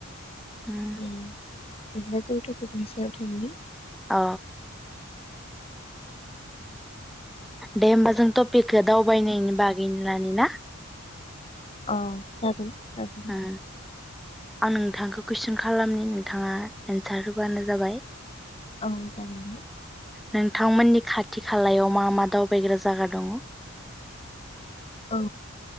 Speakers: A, in the centre; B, on the left.
A: उम
B: बेदिब्ला जों थपिकनि सायाव थांनि
A: अ दे होमबा जों टपिकखौ दावबायनायनि बागैनो लानि ना
B: अ जागोन जागोन
A: उम आं नोंथांखौ कुइसन खालामनि नोंथाङा एन्सार होबानो जाबाय
B: औ जागोनदे
A: नोंथांमोननि खाथि खालायाव मा मा दावबायग्रा जायगा दंङ
B: औ